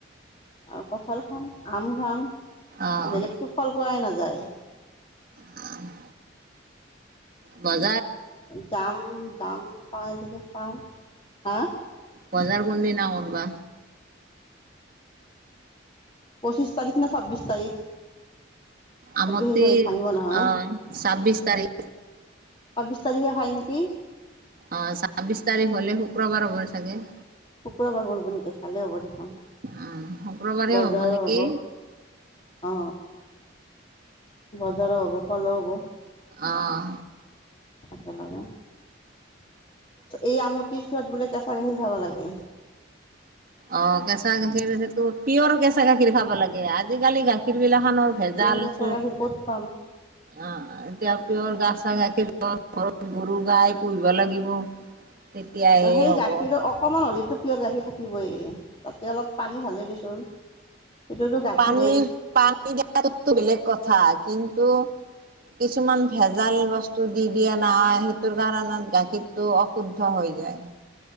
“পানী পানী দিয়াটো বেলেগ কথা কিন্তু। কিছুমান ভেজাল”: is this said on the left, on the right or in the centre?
Right